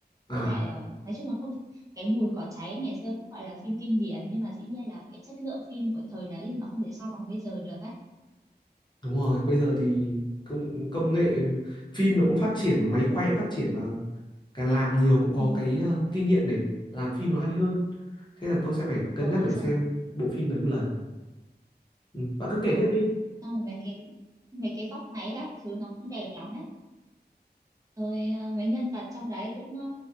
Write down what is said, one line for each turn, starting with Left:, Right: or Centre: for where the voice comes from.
Left: à
Right: với lại ờ, nói chung là không cái mùi cỏ cháy ngày xưa cũng gọi là phim kinh điển nhưng mà dĩ nhiên là cái chất lượng phim của thời đấy thì nó không thể so bằng bây giờ được ấy
Left: đúng rồi bây giờ thì công công nghệ phim nó cũng phát triển và máy quay cũng phát triển và càng làm nhiều cũng có
Right: ừ
Left: cái ờ, kinh nghiệm để làm phim nó hay hơn thế là tôi sẽ phải cân
Right: ừ
Left: nhắc để
Right: xong
Left: xem bộ phim đấy một lần ừ, bạn cứ kể
Right: ừ
Left: tiếp đi
Right: xong rồi mấy cái mấy cái góc máy các thứ nó cũng đẹp lắm ấy rồi à, mấy nhân vật trong đấy cũng ờ,